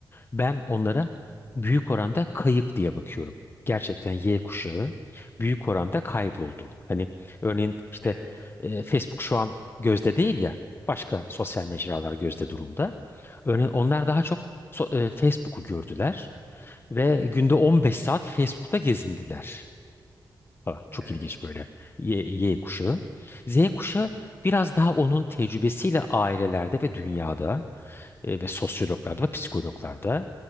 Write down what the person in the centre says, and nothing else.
Evet.
Hı hı.
Evet.